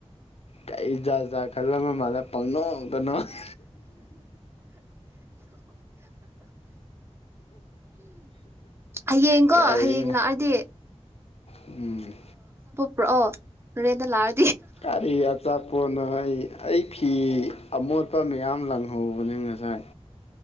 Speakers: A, on the left; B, on the right.
A: ꯀꯩ ꯖꯥ ꯖꯥꯠ ꯈꯜꯂꯕ ꯃꯥꯂꯦ ꯄꯪꯅꯣꯛꯇ ꯅꯣꯛꯑꯦ
B: ꯍꯌꯦꯡꯀꯣ
A: ꯀꯩꯅꯣ
B: ꯍꯌꯦꯡ ꯂꯥꯛꯑꯗꯤ
A: ꯎꯝ
B: ꯄꯨꯔꯥꯛꯑꯣ ꯔꯦꯟꯗ ꯂꯥꯔ
A: ꯀꯔꯤ ꯑꯆꯥꯄꯣꯠꯅꯣ ꯑꯩ ꯑꯩ ꯐꯤ ꯑꯃꯣꯠꯄ ꯃꯌꯥꯝ ꯂꯪꯡ ꯍꯧꯕꯅꯦ ꯉꯁꯥꯏ